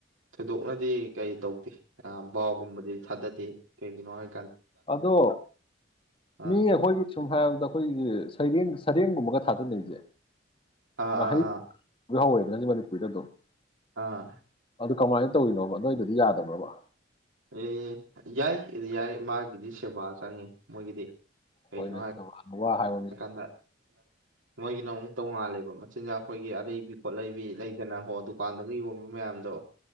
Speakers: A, on the right (about 75°); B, on the left (about 25°).
A: ꯊꯣꯏꯗꯣꯛꯅꯗꯤ ꯀꯩ ꯇꯧꯗꯦ ꯕꯥꯎꯒꯨꯝꯕꯗꯤ ꯊꯥꯗꯗꯦ꯫ ꯀꯩꯒꯤꯅꯣ ꯍꯥꯏ
B: ꯑꯗꯣ ꯃꯤ
A: ꯑꯥ
B: ꯑꯈꯣꯏꯒꯤ ꯁꯨꯝ ꯍꯥꯏꯔꯕꯗ ꯑꯩꯈꯣꯏꯒꯤ ꯁꯩꯔꯦꯡ ꯁꯔꯦꯡꯒꯨꯝꯕꯒ ꯊꯥꯗꯅꯩꯁꯦ
A: ꯑꯥ
B: ꯉꯥꯍꯩ
A: ꯑꯥ ꯑꯥ
B: <unintelligible>
A: ꯑꯥ
B: ꯑꯗꯨ ꯀꯃꯥꯏꯅ ꯇꯧꯔꯤꯅꯣꯕ ꯅꯣꯏꯗꯗꯤ ꯌꯥꯗꯕ꯭ꯔꯕ꯫
A: ꯑꯦ ꯌꯥꯏ-ꯌꯥꯏ ꯃꯥꯒꯤꯗꯤ ꯁꯦꯕꯥ ꯆꯪꯉꯤ ꯃꯣꯏꯒꯤꯗꯤ ꯀꯩꯒꯤꯅꯣ
B: ꯍꯣꯏꯅꯦ
A: ꯍꯥꯏ
B: ꯋꯥ ꯍꯥꯏꯕ ꯃꯤ
A: ꯍꯥꯏ ꯀꯥꯟꯗ ꯃꯣꯏꯒꯤꯅ ꯑꯃꯨꯛꯛꯇꯉꯥꯜꯂꯦꯕ ꯃꯆꯤꯟꯖꯥꯛ ꯑꯩꯈꯣꯏꯒꯤ ꯑꯔꯩꯕꯤ ꯈꯣꯠꯂꯩꯕꯤ ꯂꯩꯗꯅ ꯍꯣ ꯗꯨꯀꯥꯟꯗꯒ ꯌꯣꯟꯕ ꯃꯌꯥꯝꯗꯣ